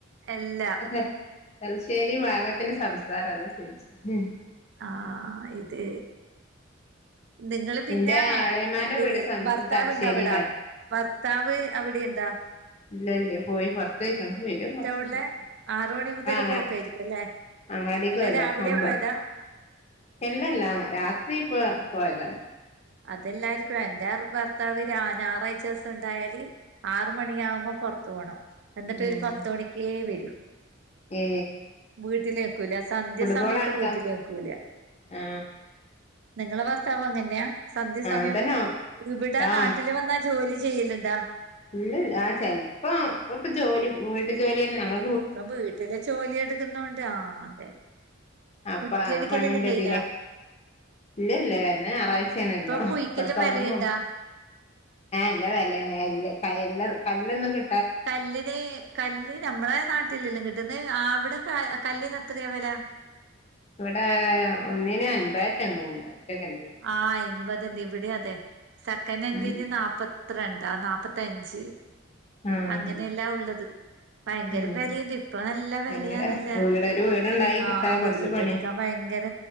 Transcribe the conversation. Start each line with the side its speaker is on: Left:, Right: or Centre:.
Right: എല്ല.
Left: അതെ തൽശ്ശേരി ഭാഗത്തിന്റെ സംസാര അത പോയ്ച്ചെ ഉം.
Right: ആഹ് ഇതെ. ദിങ്ങള് പിന്നാ
Left: എന്റെ എളയമാന്റെ
Right: ഇത്
Left: വീട് സം
Right: ഭർത്താവ്ണ്ടവിടാ?
Left: തലശ്ശേരിയിലാണ്
Right: ഭർത്താവ് അവിടെയ്ണ്ടാ.
Left: ഇല്ല ല്ല്യ പോയി പൊർത്തൊയ്ക്ക്ണ് വരും കൊർച്ചൂടി
Right: ഉള്ളെ ആറ് മണി മുതല്
Left: ആങ്ങാ
Right: പോക്കായിരിക്കും അല്ലെ
Left: അങ്ങാടിക്കോയതാ
Right: അല്ലെ രാവിലെ
Left: ഒമ്പ
Right: പോയതാ
Left: എല്ലല്ലാ രാത്രീപ്പോ പോയതാണ്.
Right: അതെല്ലാര്ക്കു എന്റർ ഭർത്താവ് രാ ഞാറായ്ച വസം ണ്ടായല്. ആറ് മണിയാകുമ്പം പൊർത്ത് പോണം എന്നിട്ടൊര്
Left: ഉം
Right: പത്ത് മണിക്കേ വരൂ.
Left: ഏ
Right: വീട്ടിലേക്കുലെ സന്ധ്യ
Left: ഫുട്ബോൾ
Right: സമയത്ത്
Left: കാണിക്കാം
Right: വീട്ടിലേക്കൂല.
Left: ആ
Right: നിങ്ങള ഭർത്താവ് അങ്ങന്യാ. സന്ധ്യസമയം
Left: ആ തന്നെ
Right: ഇവിട
Left: ആ
Right: നാട്ടില് വന്നാ ജോലി ചെയ്യല്ണ്ടാ.
Left: ഇല്ലൽ ആഹ് ചെൽപ്പൊ പ്പപ്പ ജോലി വീട്ട് ജോല്യന്നെ ഞങ്ങൾ.
Right: പ്പ വീട്ട്ലെ ജോലി എടുക്ക്ന്നോണ്ട് ആഹ് അതെ.
Left: അപ്പ
Right: കുറ്റ്യടിക്കലെല്ലം
Left: ആ പണിന്റെ
Right: കയ്ഞ്ഞാ?
Left: ഇതിലൊക്കെ ഇല്ല ല്ല വര്ന നാറായ്ചേണെല്ല
Right: കുയിക്കലും
Left: പ്പ തൊട്ങ്ങൊ
Right: വെലയുണ്ടാ
Left: ഏ ല്ല വെലേണ് എല്ല് ക എല്ലം കല്ലൊന്നും കി
Right: കല്ല്ന് കല്ല് ഞമ്മളെ നാട്ടിലെല്ലും കിട്ടുന്ന് ആവിടെകെ കല്ലിനെത്രയാ വെല?
Left: വടേ ഒന്നിന് അൻപേറ്റെന്ന് തോന്നുന്ന ഒറ്റ കല്ലിന്.
Right: ആഹ് അയ്മ്പത്ണ്ട് ഇവിടി അതെ സക്കനെൻ്റിന്
Left: ഉം
Right: നാപ്പത്രണ്ടാ ന്നാപത്തഞ്ച്.
Left: ആഹ്
Right: അങ്ങനെല്ലാ ഉള്ളത്. ഭയങ്കര
Left: ഉം
Right: വെലിണ്ട് ഇപ്പ നല്ല വെലയാന്നല്ല
Left: ഭയങ്കര വീട് ഒരു വീടുണ്ടായി കിട്ടാ
Right: ആഹ്
Left: കൊറച്ച്
Right: വീടെടുക്കാ.
Left: പണിയാ
Right: ഭയങ്കര